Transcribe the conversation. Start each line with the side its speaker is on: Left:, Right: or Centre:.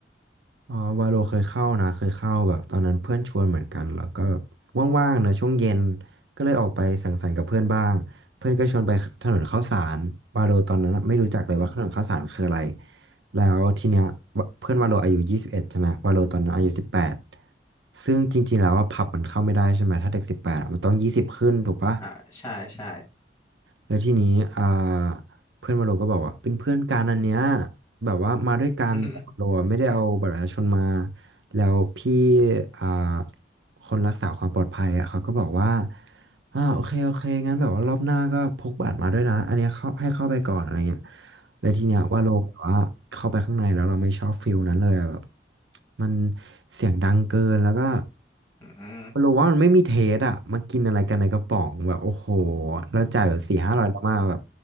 Right: อ๋อวาโลเคยเข้านะเคยเข้าแบบตอนนั้นเพื่อนชวนเหมือนกันแล้วก็ว่างๆเนอะช่วงเย็นก็เลยออกไปสังสรรค์กับเพื่อนบ้างเพื่อนก็ชวนไปถนนข้าวสารวาโลตอนนั้นไม่รู้จักเลยว่าถนนข้าวสารคืออะไร
Left: อืมอืม
Right: แล้วทีเนี้ยวะเพื่อนวาโลอายุยี่สิบเอ็ดใช่ไหมวาโลตอนนั้นอายุสิบแปดซึ่งจริงๆแล้วว่าผับมันเข้าไม่ได้ใช่ไหมถ้าเด็กสิบแปดมันต้องยี่สิบขึ้นถูกปะ
Left: อ่าใช่ใช่
Right: แล้วทีนี้อ่าเพื่อนวาโลก็บอกว่าเป็นเพื่อนกันอันเนี้ยแบบว่ามาด้วยกันแต่วาโลอะไม่ได้เอาบัตรประชาชนมา
Left: <laughs>
Right: แล้วพี่อ่าคนรักษาความปลอดภัยอ่ะเขาก็บอกว่าอ่าโอเคโอเคงั้นแบบว่ารอบหน้าก็พกบัตรมาด้วยนะอันเนี้ยเข้าให้เข้าไปก่อนอะไรเงี้ยแล้วทีเนี้ยว่าโลแบบว่าเข้าไปข้างในแล้วเราไม่ชอบฟิลนั้นเลยอะแบบมันเสียงดังเกินแล้วก็
Left: อืมอืม
Right: มันรู้ว่ามันไม่มีเทสอ่ะมากินอะไรกันในกระป๋องแบบโอ้โหเราจ่ายแบบสี่ห้าร้อยแล้วมาแบบ
Left: อืม